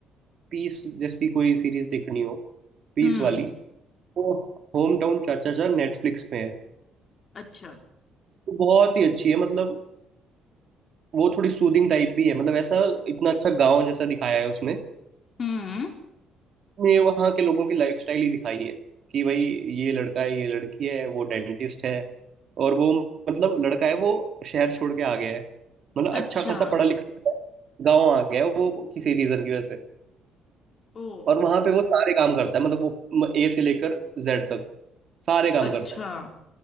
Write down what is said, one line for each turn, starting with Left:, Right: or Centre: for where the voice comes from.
Right: पीस जैसी कोई सीरीज देखनी हो पीस
Left: हम्म
Right: वाली तो होम टाउन चाचा चाचा नेटफ्लिक्स पे है
Left: अच्छा
Right: तो बहुत ही अच्छी है मतलब वो थोड़ी सूदिंग टाइप भी है मतलब ऐसा इतना अच्छा गांव जैसा दिखाया है उसमें
Left: हम्म
Right: ने वहाँ के लोगों की लाइफस्टाइल ही दिखाई है कि भाई ये लड़का है ये लड़की है वो डेंटिस्ट है और वो मतलब लड़का है वो शहर छोड़ के आ गया है मतलब
Left: अच्छा
Right: अच्छा खासा पढ़ा लिखा है गाँव आ गया है वो किसी रीजन की वजह से
Left: ओ
Right: और वहां पे वो सारे काम करता है मतलब वो ए से लेकर जेड तक सारे काम
Left: अच्छा
Right: करता है